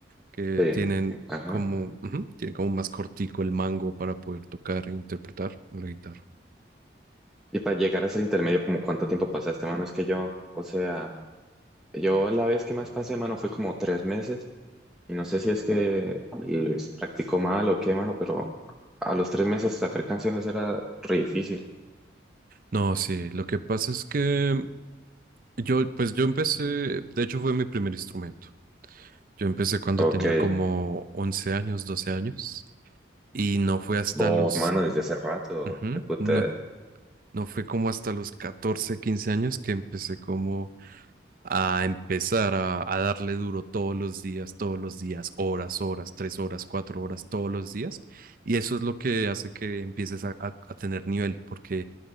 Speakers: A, on the right; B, in the centre.
A: que
B: Sí.
A: tienen
B: Ajá.
A: como, ujú, tiene como más cortico el mango para poder tocar e interpretar la guitarra.
B: Y para llegar a ser intermedio, ¿como cuánto tiempo pasaste, mano? Es que yo, o sea. Yo la vez que más pasé, mano, fue como tres meses. Y no sé si es que les practicó mal o qué, mano, pero a los tres meses sacar canciones era re difícil.
A: No, sí, lo que pasa es que yo, pues yo empecé, de hecho fue mi primer instrumento. Yo empecé cuando
B: Ok,
A: tenía como 11 años, doce años y no fue hasta
B: vos,
A: los...
B: mano, desde hace rato,
A: ujú,
B: qué puta.
A: no, No fue como hasta los catorce quince años que empecé como a empezar a, a darle duro todos los días, todos los días, horas, horas, tres horas, cuatro horas, todos los días. Y eso es lo que hace que empieces a, a- a tener nivel, porque